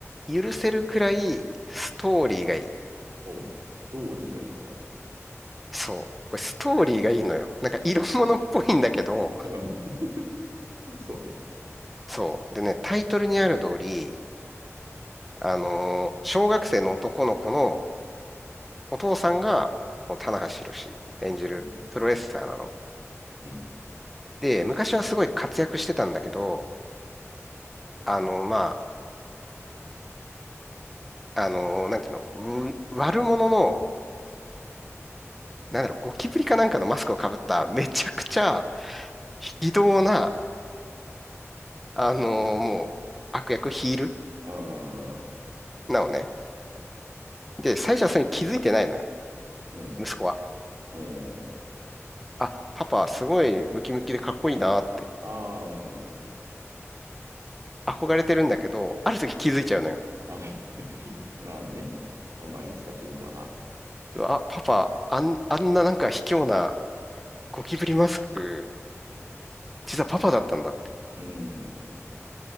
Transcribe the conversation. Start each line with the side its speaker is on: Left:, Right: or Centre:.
Centre: 許せるくらいストーリーがいい。
Right: おう、ストーリーがいいんだ。
Centre: そう。これストーリーがいいのよ。なんか色物っぽいんだけど、
Right: <laughs> うんそうね。
Centre: そう。でね、タイトルにある通り、あのー小学生の男の子のお父さんが、この棚橋弘演じるプロレスラーなの。
Right: うん、うん。
Centre: で、昔はすごい活躍してたんだけど、あの、まあ、あの、なんていうの、う悪者の、なんだろう、ゴキブリかなんかのマスクをかぶっためちゃくちゃ非道な、あの、もう悪役ヒール
Right: ああ、
Centre: なのね。で、最初はそれに気づいてないのよ、
Right: うん、
Centre: 息子は。
Right: おう、
Centre: あ、パパすごいムキムキでかっこいいなって
Right: ああ、うん。
Centre: 憧れてるんだけど、ある時気づいちゃうのよ。
Right: あ、<laughs> なるほどね。まあまあ、いつか気づくわな。
Centre: うわあ、パパ、あん、あんななんか卑怯なゴキブリマスク実はパパだったんだって。
Right: うん、